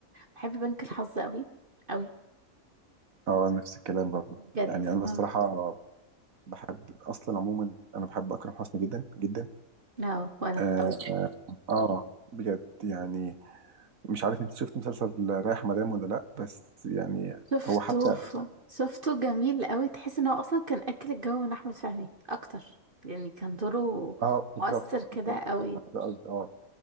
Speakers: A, on the right; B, on the right.
A: بحب بنك الحظ قوي قوي
B: اه نفس الكلام برضه
A: بجد
B: يعني انا
A: اه
B: الصراحه بحب اصلا عموما انا بحب اكرم حسني جدا جدا
A: اه، وانا
B: اه
A: قوي
B: آه، بجد يعني مش عارف انت شفت مسلسل رايح مدام ولا لا بس يعني
A: شفته
B: هو حتى
A: في- شفته جميل قوي تحس ان هو اصلا كان اكل الجو من احمد فهمي اكتر يعني كان دوره
B: اه بالظبط
A: مؤثر كده
B: بالظبط
A: قوي
B: ده قصدي اه